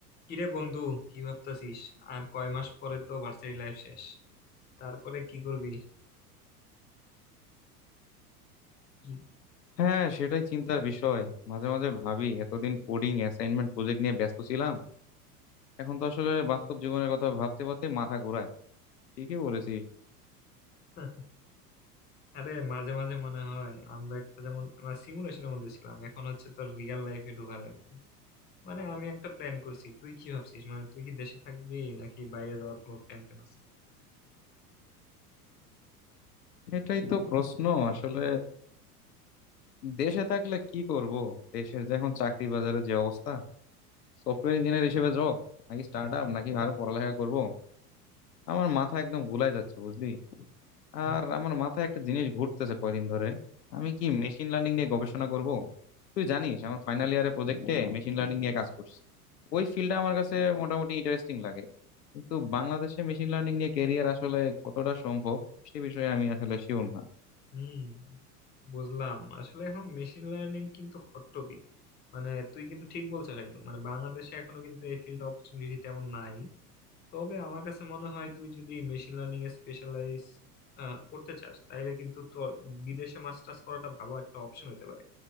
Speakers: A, on the left; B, on the left.
A: কিরে বন্ধু কি ভাবতাছিস আর কয় মাস পরে তো ভার্সিটি লাইফ শেষ তারপরে কি করবি কি
B: হ্যাঁ সেটাই চিন্তার বিষয় মাঝে মাঝে ভাবি এতদিন কোডিং অ্যাসাইনমেন্ট প্রজেক্ট নিয়ে ব্যস্ত ছিলাম এখন তো আসলে বাস্তব জীবনের কথা ভাবতে ভাবতে মাথা ঘোরায় ঠিকই বলেছিস
A: <laughs> আরে মাঝে মাঝে মনে হয় আমরা একটা যেমন আমরা সিমুলেশনের মধ্যে ছিলাম এখন হচ্ছে তোর রিয়েল লাইফে ঢোকা লাগবে মানে আমি একটা প্ল্যান করছি তুই কি ভাবছিস মানে তুই কি দেশে থাকবি নাকি বাইরে যাওয়ার কোনো প্ল্যান ট্যান আছে
B: এটাই তো প্রশ্ন আসলে দেশে থাকলে কি করব দেশের যে এখন চাকরি বাজারের যে অবস্থা সফটওয়্যার ইঞ্জিনিয়ার হিসেবে জব নাকি স্টার্ট আপ নাকি আরো পড়ালেখা করব আমার মাথা একদম গুলাই যাচ্ছে বুঝলি
A: হুম
B: আর আমার মাথায় একটা জিনিস ঘুরতেছে কয়দিন ধরে আমি কি মেশিন লার্নিং নিয়ে গবেষণা করব তুই জানিস আমার ফাইনাল ইয়ারের প্রজেক্টে মেশিন লার্নিং নিয়ে কাজ করছি ওই ফিল্ডটা আমার কাছে মোটামুটি ইন্টারেস্টিং লাগে কিন্তু বাংলাদেশে মেশিন লার্নিং নিয়ে ক্যারিয়ার আসলে কতটা সম্ভব সে বিষয়ে আমি আসলে শিওর না
A: হুম, বুঝলাম আসলে এখন মেশিন লার্নিং কিন্তু হট টপিক মানে তুই কিন্তু ঠিক বলছিস একদম মানে বাংলাদেশে এখনো কিন্তু এই ফিল্ড অপরচুনিটি তেমন নাই তবে আমার কাছে মনে হয় তুই যদি মেশিন লার্নিং এ স্পেশালাইজ করতে চাস তাইলে কিন্তু তোর বিদেশে মাস্টার্স করাটা ভালো একটা অপশন হতে পারে